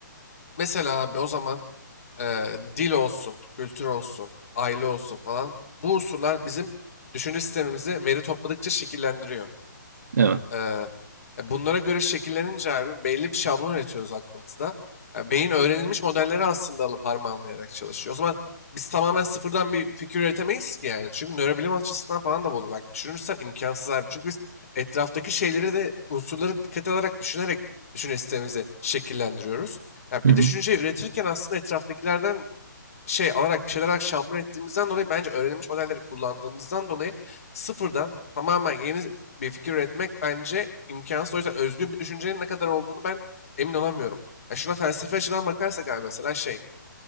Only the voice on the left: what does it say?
Mesela abi o zaman e, dil olsun, kültür olsun, aile olsun falan bu unsurlar bizim düşünce sistemimizi veri topladıkça şekillendiriyor.
E, e, bunlara göre şekillenince abi belli bir şablon üretiyoruz aklımızda. Ya beyin öğrenilmiş modelleri aslında alıp harmanlayarak çalışıyor. O zaman biz tamamen sıfırdan bir fikir üretemeyiz ki yani. Çünkü nörobilim açısından falan da bunu bak düşünürsen imkansız abi. Çünkü biz etraftaki şeyleri de unsurları dikkat alarak düşünerek düşünce sistemimizi şekillendiriyoruz. Ya
bir
düşünceyi üretirken aslında etraftakilerden şey alarak bir şeyler alarak şampiyon ettiğimizden dolayı bence öğrenilmiş modelleri kullandığımızdan dolayı sıfırdan tamamen yeni bir fikir üretmek bence imkansız. O yüzden özgür bir düşüncenin ne kadar olduğunu ben emin olamıyorum. Ya şuna felsefi açıdan bakarsak abi mesela şey